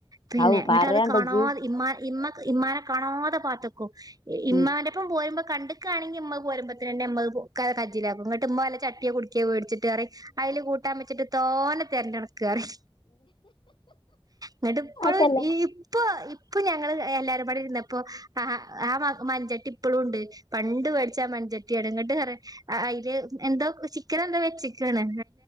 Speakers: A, on the right; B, on the left.
A: പിന്നെ
B: ആ ഔ
A: ന്നിട്ട്ത്
B: പറയാണ്ട
A: കാണാതെ
B: ഇജ്ജ്
A: ഇമ്മ ഇമ്മ ഇമ്മാനെ കണോതെ പാതെക്കും ഇ ഇമ്മാന്റെ
B: ഉം
A: ഇപ്പം പോരുമ്പോ കണ്ടക്കാണെങ്കിൽ ഇമ്മ പോരുമ്പോത്തിനെന്നെ മ്മ അത് കജ്ജിലാകും ന്ന്ട്ട് മ്മ വല്ല ചട്ടിയെ കുട്ക്കെ വേടിച്ചിട്ട് പറയും അതില് കൂട്ടാൻ വച്ചിട്ട് തോന തെരണ്ട് അണക് അറിം. ന്നിട്ട് ഇപ്പഴും
B: അതല്ല
A: ഇയ്. ഇപ്പൊ ഇപ്പൊ ഞങ്ങള് എല്ലാരുംപാടെ ഇരുന്നപ്പോ ആ ആ. മഞ്ചട്ടി ഇപ്പഴും ഉണ്ട് പണ്ട് മേടിച്ചാ മൺചട്ടി എടന്നിട്ട് പറയും അതില് എന്തോ ചിക്കൻ എന്തോ വെച്ചിക്കണ്